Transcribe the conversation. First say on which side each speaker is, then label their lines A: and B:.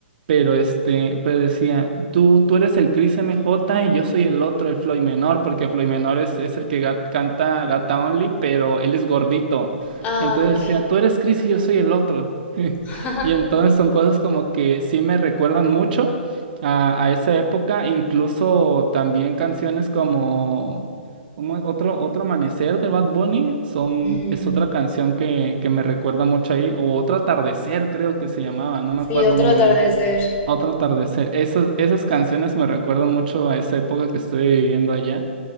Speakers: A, on the right (about 50°); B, on the left (about 25°).
A: Pero este, pero decía, tú, tú eres el Chris M J y yo soy el otro, el Floyd Menor, porque Floyd Menor es, es el que gat- canta Gata Only, pero él es gordito.
B: Ay.
A: Entonces decía, tú eres Chris y yo soy el otro. <laughs>
B: <laughs>
A: Y entonces son cosas como que sí me recuerdan mucho a, a esa época, incluso también canciones como, como otro, otro amanecer de Bad Bunny son,
B: Mm,
A: es otra canción que, que me recuerda mucho ahí, o otro atardecer creo que se llamaba, no me acuerdo
B: sí, otro
A: muy
B: atardecer.
A: bien. Otro atardecer. Esas, esas canciones me recuerdan mucho a esa época que estuve viviendo allá.